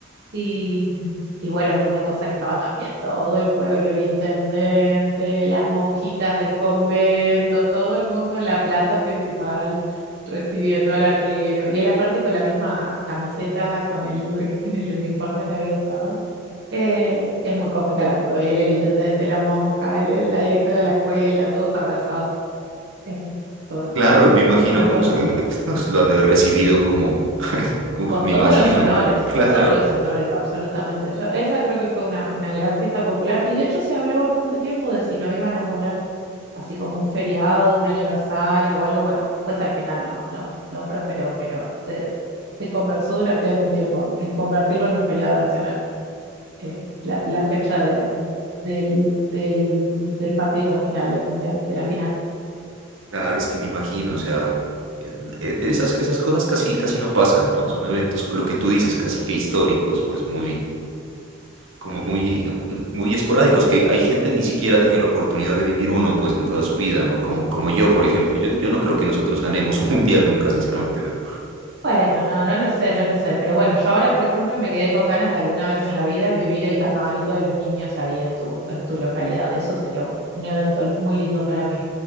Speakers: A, on the right; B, on the right.
A: Y, y bueno, fue una cosa que estaba también todo el pueblo, el intendente, las monjitas del convento, todo el mundo en la plaza principal recibiendo al arquero. Y él aparte con la misma camiseta, con el, <laughs> con el uniforme que había usado. Eh, es muy cómica la foto de él, el intendente, la monja, el- la directora de la escuela, todos abrazados. Eh, fue
B: Claro,
A: fue un
B: me imagino
A: un momento
B: cómo
A: muy,
B: se- ex- nos lo han de haber recibido como, <laughs> uff,
A: Con
B: me
A: todos
B: imagino,
A: los honores,
B: me-
A: con
B: claro.
A: todos los honores, absolutamente. Yo, esa creo que fue una, una gran fiesta popular y de hecho se habló bastante tiempo de si no iban a poner así como un feriado, un aniversario o algo. Bueno, después al final no, no, no prosperó, pero se, se conversó durante algún tiempo en convertirlo en un feriado nacional, que es la, la fecha de, del, del, del partido final del mundial, de la final.
B: Claro, es que me imagino, o sea, e- e- esas, esas cosas casi, casi no pasan, ¿no? Son eventos, lo que tú dices, casi que históricos, pues muy, como muy, eh, muy esporádicos, que hay gente ni siquiera tiene la oportunidad de vivir uno, pues, en toda su vida, ¿no? Como, como yo, por ejemplo, yo, yo no creo que nosotros ganemos un mundial nunca, sinceramente, pero
A: Bueno, no, no lo sé, no lo sé. Pero bueno, yo ahora, por ejemplo, me quedé con ganas de alguna vez en la vida vivir el carnavalito de los niños ahí en tu, en tu localidad. Eso sería un, un evento muy lindo para mí.